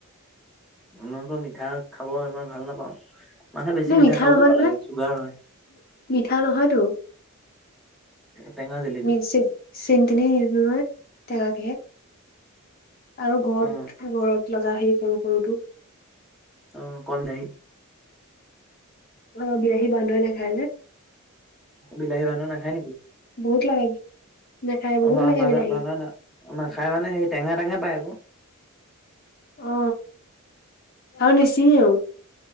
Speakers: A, in the centre; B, on the left.
A: মই আকৌ মিঠা খাব ইমান ভাল নাপাওঁ। মানুহে বেছি
B: নে মিঠা
A: খাবও
B: নহয়
A: নালাগে
B: নহয়
A: চুগাৰ হয়
B: মিঠা নহয়তো
A: টেঙা জেলিটো
B: মিচিট চেনী তেনী নিদো নহয় টেঙা কেহে, আৰু ঘৰত
A: অ
B: ঘৰত লগা সেই সৰু সৰুটো
A: অ কন বিলাহী
B: অ বিলাহী বান্ধয়ে নেখাই যে
A: বিলাহী বান্দৰে নাখায় নেকি
B: বহুত লাগে। নাখায় বহুত
A: অ ব
B: লাগে
A: বানৰ
B: বিলাহী
A: না খাই মানে সেই টেঙা টেঙা পায় আক <inaudible>
B: অ আৰু নিচিঙেও